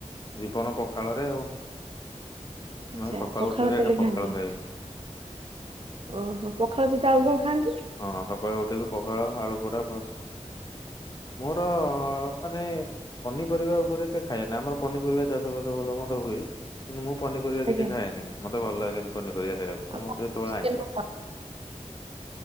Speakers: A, on the left; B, on the right.
A: ଜୀବନ ପଖାଳରେ ଆଉ।
B: ଆଚ୍ଛା
A: ମୁଁ ସକାଳୁ
B: ପଖାଳ
A: ଉଠିବି
B: ତାହେଲେ
A: ଆଗେ ପଖାଳ
B: ଖାଆନ୍ତି
A: ଖାଇବି।
B: ଓହୋ ପଖାଳ ସହିତ ଆଉ କଣ ଖାଆନ୍ତି?
A: ହଁ ସକାଳୁ ଉଠିବି ପଖାଳ ଆଳୁ ପୋଡ଼ା ଫାଳ ମୋର ମାନେ ପନିପରିବା ଉପରେ ଏତେ ଖାଇବା ନାଇ। ଆମର ପନିପରିବା ଚାଷ ଫାସ ଭଲ ମନ୍ଦ ହୁଏ। କିନ୍ତୁ ମୁଁ ପନିପରିବା
B: ଆଜ୍ଞା
A: କିଛି ଖାଏନି ମତେ ଭଲ ଲାଗେନି ପନିପରିବା ଖାଇବାକୁ
B: ଆଉ
A: ମୁଁ
B: କଣ
A: ଯେ ସବୁବେଳେ
B: ଚିକେନ
A: ଆଇଁଷ।
B: ହବ